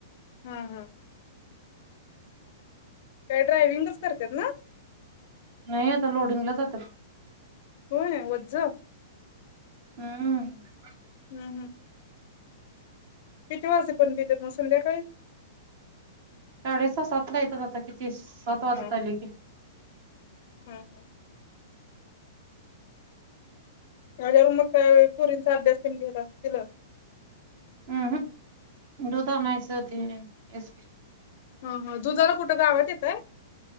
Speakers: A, on the left (about 45°); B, on the right (about 40°).
A: हा हा काय ड्रायविंगच करत्यात ना
B: नाही आता लोडिंगला जात्यात
A: होय ओझं
B: हम्म <inaudible>
A: हं हं किती वाजे पर्यंत येत्यात म संध्याकाळी?
B: साडे सहा सात ला येतात आता कि ती सात वाजत
A: हा
B: आले की
A: हा हा <unintelligible> मग पोरींचा अभ्यास तेन घेत असेल तिला
B: हम्म हम् दुध आणायचं हेच की
A: हा हा दुधाला कुठं गावात येताय